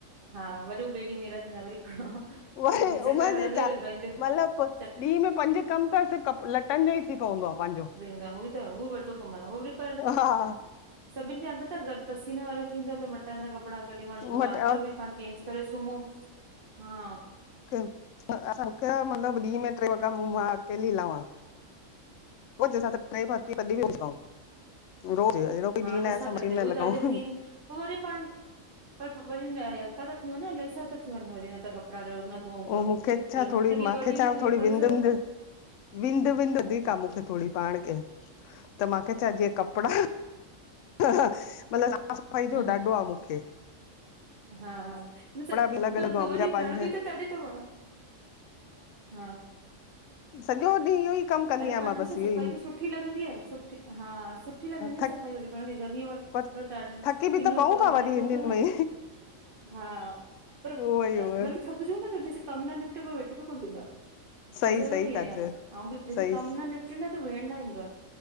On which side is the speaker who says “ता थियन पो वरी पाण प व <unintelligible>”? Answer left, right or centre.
Right